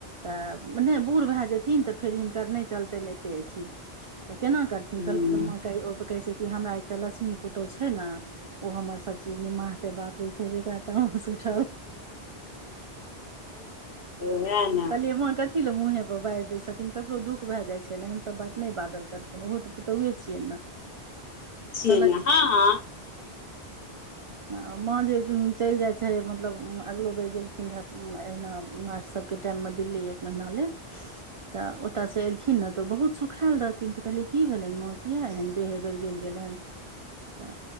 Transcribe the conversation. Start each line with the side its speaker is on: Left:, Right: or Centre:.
Right: तऽ नहि बूढ़ भए जाथिन त हिनकर त फिर हिँकर नय चलतैन एतय अथि
Left: ह
Right: कलके माँ ओ प कहै छै कि हमरा एक लक्ष्मी पुतो छै ने ओ हमर सब चीज निमाहते बाप रे से जे त हस उथल
Left: वएह ने
Right: काल्हिये माँ कथि ल मुहे बाजि दै छथिन ककरो दुःख भए जाइत छै ने एहन सभ बात नय बाजल करथिन ओहो तऽ पुतहुे छियै ने
Left: छिये
Right: कहलक
Left: ने हँ हँ
Right: आ माँ जे चलि जाइ छै मतलब अगिलो बेर गेलखिन रहए अहिना मा सब के टाइम मे दिल्ली एक महिना लेल
Left: <inaudible>
Right: तऽ ओतयसँ एलखिन ने तऽ ओ बहुत सुखायएल रहथिन तऽ कहलियै की भेलनि माँ किया एहन देहे बेर ग गेलि गेलन
Left: <inaudible>
Right: तऽ